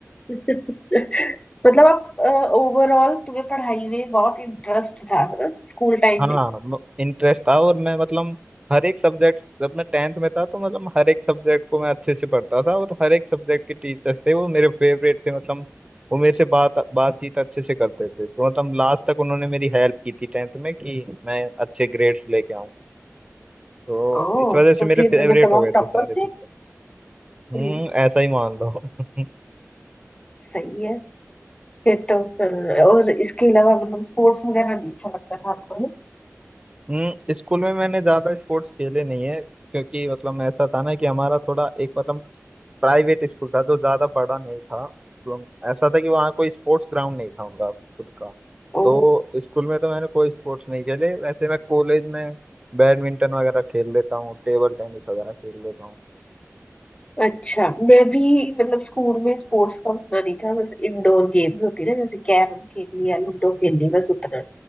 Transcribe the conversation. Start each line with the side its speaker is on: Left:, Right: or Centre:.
Left: <laughs> मतलब आप ओवरऑल तुम्हें पढ़ाई में बहुत इंटरेस्ट था ना स्कूल टाइम
Right: हाँ
Left: में
Right: इंटरेस्ट था और मैं मतलब हर एक सब्जेक्ट जब मैं टेंथ में था तो मतलब हर एक सब्जेक्ट को मैं अच्छे से पढ़ता था और हर एक सब्जेक्ट के टीचर्स थे वो मेरे फेवरेट थे मतलब वो मेरे से बात बातचीत अच्छे से करते थे तो मतलब लास्ट तक उन्होंने मेरी हेल्प की थी टेंथ में कि मैं अच्छे ग्रेड्स लेके आऊं तो
Left: ओ
Right: इस वजह से
Left: तो
Right: मेरे
Left: फिर
Right: फेवरेट
Left: मतलब
Right: हो गए
Left: आप टॉपर
Right: थे सारे टीचर
Left: थे
Right: हम्म
Left: हम्म,
Right: ऐसा ही मान लो <laughs>
Left: सही है फिर तो फिर- और इसके अलावा मतलब स्पोर्ट्स वगैरह नहीं अच्छा लगता था आपको ना?
Right: हम्म स्कूल में मैंने ज्यादा स्पोर्ट्स खेले नहीं है क्योंकि मतलब ऐसा था ना कि हमारा थोड़ा एक मतलब प्राइवेट स्कूल था जो ज्यादा बड़ा नहीं था तो हम- ऐसा था कि वहाँ कोई स्पोर्ट्स ग्राउंड नहीं था उनका खुद का
Left: ओ
Right: तो स्कूल में तो मैंने कोई स्पोर्ट्स नहीं खेले वैसे मैं कॉलेज में बैडमिंटन वगैरह खेल लेता हूँ टेबल टेनिस वगैरह खेल लेता हूँ
Left: अच्छा मैं भी मतलब स्कूल में स्पोर्ट्स का उतना नहीं था बस इंडोर गेम होती ना जैसे कैरम खेल लिया लूडो खेल ली बस उतना